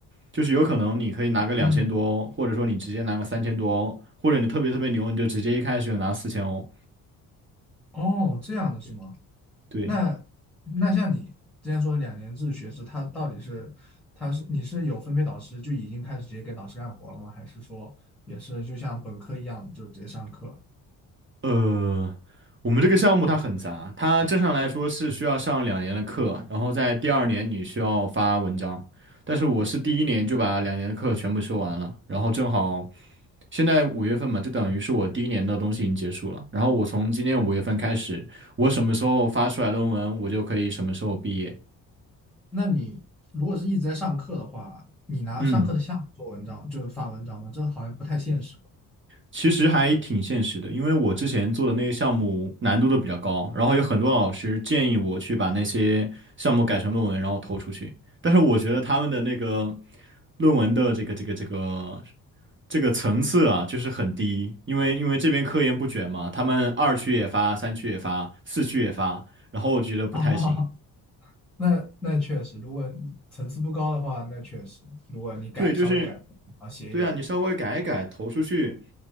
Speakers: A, on the right; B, in the centre.
A: 就是有可能你可以拿个两千多欧或者说你直接拿个三千多欧或者你特别特别牛，
B: 嗯，
A: 你就直接一开始就拿四千哦，
B: 哦，这样的是吗？
A: 对。
B: 那那像你之前说两年制学制，它到底是它是你是有分配导师就已经开始直接给导师干活了吗？还是说也是就像本科一样就直接上课？
A: 呃，我们这个项目它很杂，它正常来说是需要上两年的课，然后在第二年你需要发文章。但是我是第一年就把两年的课全部修完了，然后正好现在五月份嘛，就等于是我第一年的东西已经结束了。然后我从今年五月份开始，我什么时候发出来论文，我就可以什么时候毕业。
B: 那你如果是一直在上课的话，你拿上课的项目做文章，
A: 嗯。
B: 就是发文章吗？这好像不太现实。
A: 其实还挺现实的，因为我之前做的那些项目难度都比较高，然后有很多老师建议我去把那些项目改成论文，然后投出去。但是我觉得他们的那个论文的这个这个这个这个层次啊，就是很低，因为因为这边科研不卷嘛，他们二区也发，三区也发，四区也发，然后我觉得不太行。
B: 哦，<laughs> 那那确实，如果你层次不高的话，那确实，如果你改稍微改，
A: 对，就是
B: 啊，写一点，
A: 对啊，你稍微改一改投出去，